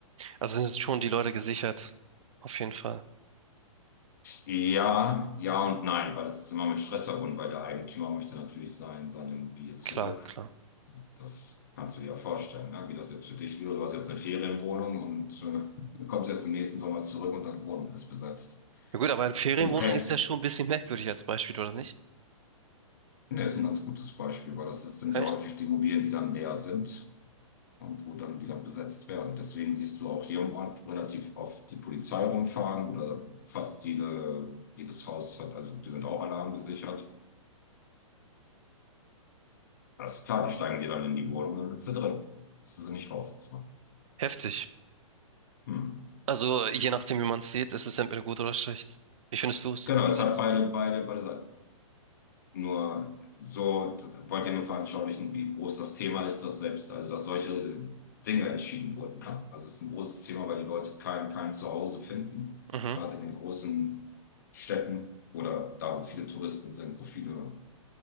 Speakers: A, on the right (about 65°); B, on the left (about 35°).
A: Also sind jetzt schon die Leute gesichert. Auf jeden Fall.
B: Ja, ja und nein, weil das ist immer mit Stress verbunden, weil der Eigentümer möchte natürlich sein, seine Immobilie zurück.
A: Klar, klar.
B: Das kannst du dir ja vorstellen, ne? Wie das jetzt für dich wäre. Du hast jetzt eine Ferienwohnung und äh, <laughs> kommst jetzt im nächsten Sommer zurück und deine Wohnung ist besetzt.
A: Ja gut, aber eine Ferienwohnung
B: Du kennst
A: ist ja schon ein bisschen merkwürdig als Beispiel, oder nicht?
B: Ne, ist ein ganz gutes Beispiel, weil das ist, sind
A: Echt?
B: ja häufig die Immobilien, die dann leer sind und wo dann, die dann besetzt werden. Deswegen siehst du auch hier im Ort relativ oft die Polizei rumfahren oder fast jede, jedes Haus hat, also die sind auch alarmgesichert. Das ist klar, die steigen dir dann in die Wohnung und dann sitzt du drin. Bist du sie nicht raus erstmal.
A: Heftig.
B: Hm.
A: Also je nachdem, wie man es sieht, ist es entweder gut oder schlecht. Wie findest du es?
B: Genau, es
A: Gut.
B: hat beide, beide, beide Seiten. Nur so wollt ihr nur veranschaulichen, wie groß das Thema ist, dass selbst, also dass solche Dinge entschieden wurden. Ne? Also es ist ein großes Thema, weil die Leute kein, kein Zuhause finden,
A: Mhm.
B: gerade in den großen Städten oder da, wo viele Touristen sind, wo viele